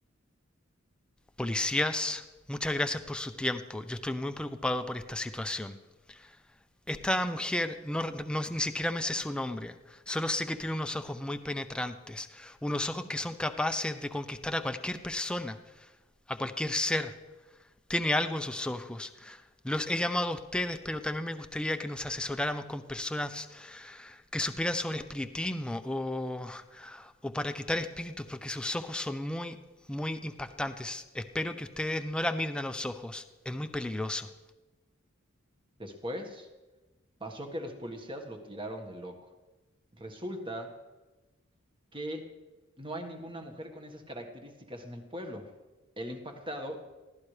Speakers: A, in the centre; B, on the right.
A: Policías, muchas gracias por su tiempo, yo estoy muy preocupado por esta situación. Esta mujer, no, no- ni siquiera me sé su nombre, solo sé que tiene unos ojos muy penetrantes, unos ojos que son capaces de conquistar a cualquier persona, a cualquier ser. Tiene algo en sus ojos. Los he llamado a ustedes, pero también me gustaría que nos asesoráramos con personas que supieran sobre espiritismo o, o para quitar espíritus, porque sus ojos son muy, muy impactantes. Espero que ustedes no la miren a los ojos, es muy peligroso.
B: Después, Pasó que los policías lo tiraron de loco. Resulta que no hay ninguna mujer con esas características en el pueblo. El impactado,